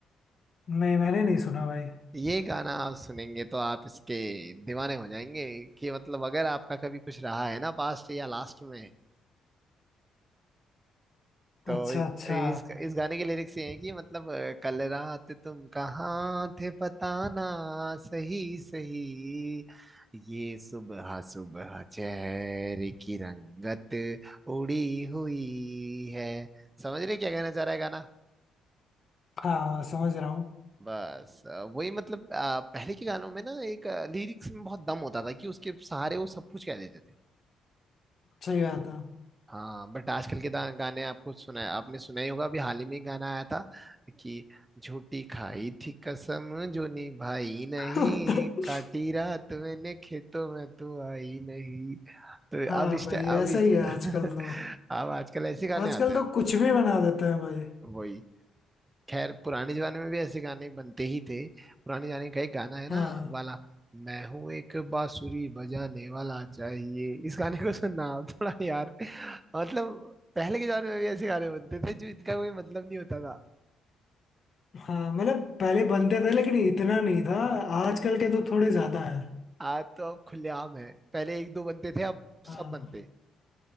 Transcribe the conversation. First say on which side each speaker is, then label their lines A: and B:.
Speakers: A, on the left; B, on the right.
A: नहीं मैंने नहीं सुना भाई
B: ये गाना आप सुनेंगे तो आप इसके दीवाने हो जाएंगे कि मतलब अगर आपका कभी कुछ रहा है ना पास्ट या लास्ट में तो
A: अच्छा
B: इस
A: अच्छा
B: इस इस गाने के लिरिक्स ये हैं कि मतलब अ, कल रात तुम कहाँ थे बताना सही सही ये सुबह सुबह चेहरे की रंगत उड़ी हुई है समझ रहे क्या कहना चाह रहा है गाना
A: हाँ समझ रहा हूँ
B: बस अ, वही मतलब अ, पहले के गानों में ना एक लिरिक्स में बहुत दम होता था कि उसके सहारे वो सब कुछ कह देते थे
A: सही बात
B: हाँ बट आजकल के दा- गाने आपको सुना आपने सुना ही होगा अभी हाल ही में एक गाना आया था कि झूठी खाई थी कसम जो निभाई नहीं
A: है <laughs>
B: काटी रात मैंने खेतों में तू आई नहीं तो
A: हाँ
B: अब इस
A: भाई
B: अब
A: ऐसा
B: इस
A: ही है
B: <laughs>
A: आजकल तो
B: अब आजकल ऐसे गाने
A: आजकल
B: आते हैं
A: तो
B: अब
A: कुछ भी बना देते हैं भाई
B: वही खैर पुराने जमाने में भी ऐसे गाने बनते ही थे पुराने जमाने का एक गाना है ना
A: हाँ
B: वाला मैं हूं एक बांसुरी बजाने वाला चाहिए इस गाने को सुनना आप थोड़ा यार मतलब पहले के जमाने में भी ऐसे गाने बनते थे जो इनका कोई मतलब नहीं होता था
A: हाँ मतलब पहले बनते थे लेकिन इतना नहीं था आजकल के तो थोड़े ज्यादा है
B: आज तो अब खुलेआम है पहले एक दो बनते थे अब सब
A: हाँ
B: बनते हैं।